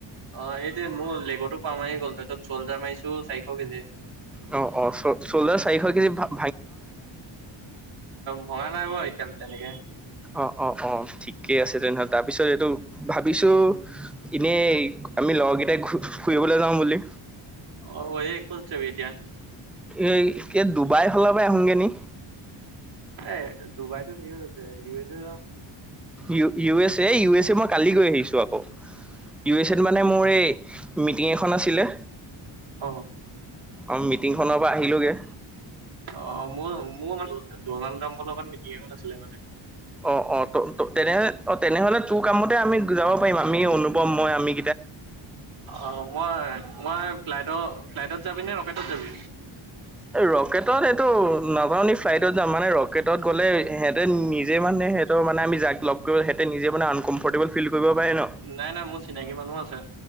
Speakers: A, on the right; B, in the centre.
A: অ, সেইটো মোৰ লেগৰো পোৱা মাৰি গ'ল তাৰপিছত চল্জাৰ মাৰিছো চাৰিশ কেজি
B: অ - অ চ চল্ডাৰ চাৰিশ কেজি ভাল
A: ভঙা নাই ব এতিাল তেনেকে
B: অ- অ - অ ঠিকে আছে তেনেহলে তাৰপিছত এইটো ভাবিছো এনে আমি লগৰকেইটাই ফুৰিবলৈ যাও বুলি।
A: অ, এই কত যাবি এতিয়া
B: এই এ ডুবাইৰ ফালৰ পৰা আহোগৈ নি?
A: এ ডুবাইতো সেত আছে ইউ এত যাও আমি
B: ই U S - A U S A মই কালি গৈ আহিছো আকৌ ইউ এছ এত মানে মোৰ এই মিটিং এখন আছিলে
A: অ
B: অ মিটিংখনৰ পৰা আহিলোগৈ
A: অ, ম মোৰ ম ডনাল্ড ট্ৰাম্পৰ লগত মিটিং এখন আছিলে মানে।
B: অ - অ ত তেনে অ, তেনেহলে তোৰ কামতে আমি যাব পাৰিম আমি অনুভৱ মই আমি
A: অ মই মই ফ্লাইটৰ ফ্লাইটত যাবি নে ৰকেটত যাবি
B: ৰকেটত এইটো নাাজাওঁ নি ফ্লাইটত যামওঁ মানে ৰকেটত গ'লে সিহঁতে নিজে মানহে সিহঁৰ মানে আমি যাক লগ কৰিব ত নিজে মানে আনকমফৰ্টেবল ফিল কৰিব পাৰে ন
A: নাই নাই মোৰ চিনাকি মানুহ আছে